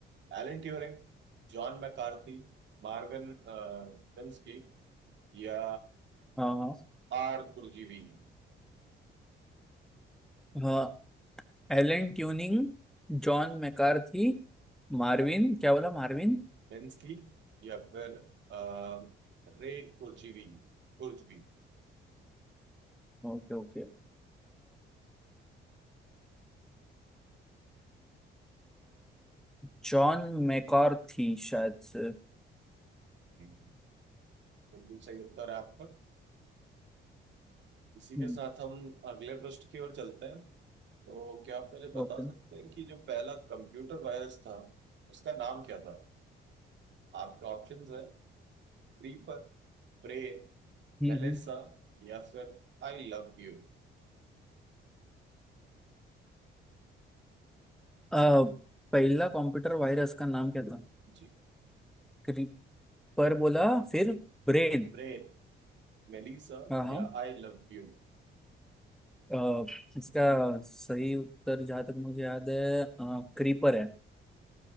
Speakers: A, on the right (about 65°); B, in the centre.
A: Alan Turing John McCarthy Marvin Minsky या
B: हाँ
A: आर कुरजीवी
B: हाँ Alan Turing John McCarthy Marvin क्या बोला Marvin
A: मिन्स्की या फिर अ, रे कुरजीवी कुरजीवी
B: Okay okay John McCarthy शायद से
A: हम्म। बिल्कुल सही उत्तर है आपका इसी के
B: हम्म,
A: साथ हम अगले प्रश्न की ओर चलते हैं तो क्या आप मुझे बता
B: ओके
A: सकते हैं कि जो पहला कंप्यूटर वायरस था उसका नाम क्या था आपके ऑप्शंस है क्रीपर प्रे
B: हम्म
A: मेलिसा
B: हम्म।
A: या फिर आई लव यू
B: अ, पहला कंप्यूटर वायरस का नाम क्या था
A: जी
B: क्रीपर बोला फिर ब्रेन
A: प्रे मेलिसा
B: हाँ हाँ
A: या आई लव यू
B: अ, इसका सही उत्तर जहाँ तक मुझे याद है क्रीपर है